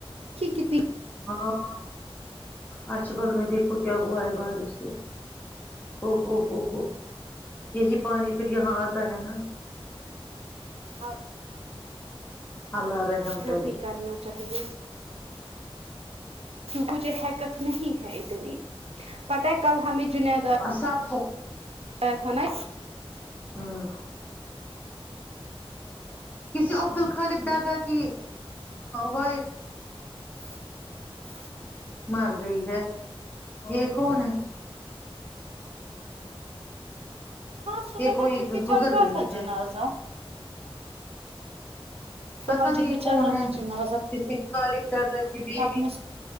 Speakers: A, on the right; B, on the left.
A: کی کتنی
B: ہاں آج صبح میں دیکھوں کیا ہوا ہے بارش سے ا ہو ہو ہو یہی پانی پھر یہاں آتا ہے نا
A: اب
B: اللہ رحم
A: ہلپ
B: کرے
A: بھی کرنا چاہیے کچھ حرکت نہیں ہے اتنی پتہ ہے کل ہمیں جنید
B: سب کو
A: آیا تھا نے
B: ہوں کسی عبدالخالق ڈگا کی وائف
A: <inaudible>
B: مر گئی ہے یہ کون ہے
A: ہاں صبح
B: یہ کوئی
A: مسجد بھی چل
B: گزر
A: رہا
B: گئی
A: تھا
B: ہے
A: جنازہ تو
B: پتا
A: مسجد
B: نہیں
A: میں
B: یہ
A: چل
B: کون
A: رہا
B: ہے
A: تھا جنازہ
B: کسی خالق ڈاگا کی بیوی
A: آپ نے